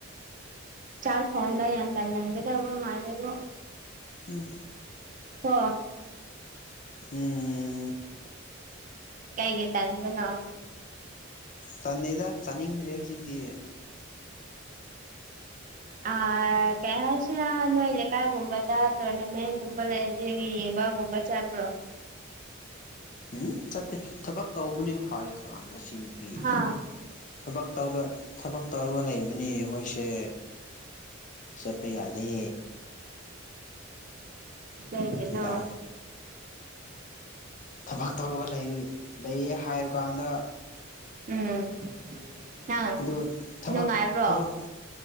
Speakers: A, on the right; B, on the left.
A: ꯆꯥꯛ ꯊꯣꯡꯕ ꯌꯥꯝ ꯇꯜꯂꯝꯒꯗꯕ ꯃꯥꯟꯂꯦꯕꯣ
B: ꯎꯝ
A: ꯍ <unintelligible>
B: ꯎꯝ
A: ꯀꯩꯒꯤ ꯇꯟꯕꯅꯣ
B: ꯇꯟꯗꯦꯗ ꯆꯥꯅꯤꯡꯗ꯭ꯔꯦ ꯍꯧꯖꯤꯛꯇꯤ
A: ꯑ ꯀꯩ ꯍꯥꯏꯁꯤꯔꯥ ꯅꯣꯏ ꯂꯩꯀꯥꯏꯒꯨꯝꯕꯗ ꯇꯣꯔꯅꯥꯃꯦꯟꯠꯒꯨꯝꯕ ꯂꯩꯗꯤ ꯌꯦꯡꯕꯒꯨꯝꯕ ꯆꯠꯄ꯭ꯔꯣ
B: ꯎꯝ ꯆꯠꯇꯦ ꯊꯕꯛ ꯇꯧꯕꯅꯤ ꯍꯥꯏ ꯀꯥꯟꯗ ꯆꯤꯡ ꯄꯤ
A: ꯍꯥ
B: ꯊꯕꯛ ꯇꯧꯕ ꯊꯕꯛ ꯇꯧꯔꯒ ꯂꯩꯕꯅꯤ ꯑꯩꯈꯣꯏꯁꯦ ꯆꯠꯄ ꯌꯥꯗꯦ
A: ꯀꯩꯒꯤꯅꯣ
B: ꯀꯦꯗ ꯊꯕꯛ ꯇꯧꯔꯒ ꯂꯩ ꯂꯩꯌꯦ ꯍꯥꯏꯕꯀꯥꯟꯗ
A: ꯎꯝ ꯅꯪ
B: ꯑꯗꯨ ꯊꯕꯛ
A: ꯅꯨꯡꯉꯥꯏꯕ꯭ꯔꯣ
B: ꯊꯕꯛ